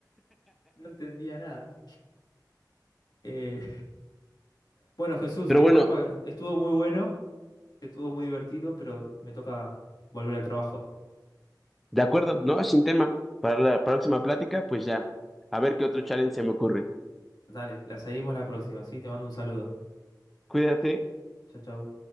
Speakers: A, on the left; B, in the centre.
A: no entendía nada. Eh, bueno, Jesús,
B: Pero
A: disculpa,
B: bueno,
A: estuvo muy bueno, estuvo muy divertido, pero me toca volver al trabajo.
B: de acuerdo, ¿no? Sin tema. Para la próxima plática, pues ya. A ver qué otro challenge se me ocurre.
A: Dale, la seguimos la próxima, ¿sí? Te mando un saludo.
B: Cuídate.
A: Chau, chau.